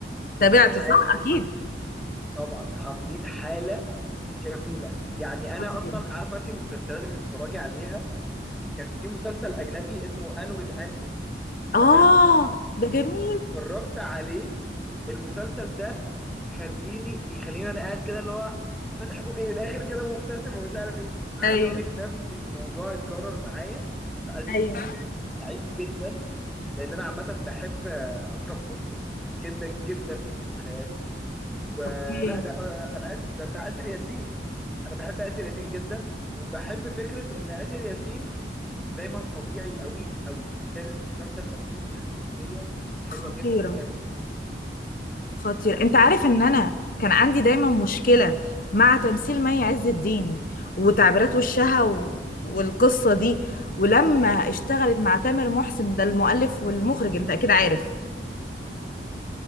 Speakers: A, on the left; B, in the centre.
A: تابعته
B: حال
A: صح
B: هم
A: اكيد
B: طبعا عاملين حاله جميله يعني انا
A: خطير
B: اصلا عارفه انت المسلسلات اللي بتتفرجي عليها كان في مسلسل اجنبي اسمه ان وذ ان اي
A: اه
B: تمام
A: ده جميل
B: اتفرجت عليه المسلسل ده خليني بيخليني انا قاعد كده اللي هو فاتح بقي للاخر كده مبتسم ومش عارف ايه عايز
A: ايوه
B: اقول لك نفس الموضوع اتكرر معايا فقلبي
A: ايوه
B: مفتوح كنت سعيد جدا لان انا عامه بحب اكرم حسني جدا جدا فوق ما تتخيلي ولا
A: اوكي
B: ده آه، انا اسف ده بتاع اسر ياسين انا بحب اسر ياسين جدا وبحب فكره ان اسر ياسين دايما طبيعي قوي قوي وكان المسلسل مكتوب باحترافيه حلوه
A: خطيره
B: جدا ومي عز الدين كانت خطيره
A: خطير
B: حقيقي
A: انت عارف ان انا كان عندي دايما مشكلة مع تمثيل مي عز الدين وتعبيرات وشها و... والقصة دي ولما
B: م.
A: اشتغلت مع تامر محسن ده المؤلف والمخرج انت اكيد عارف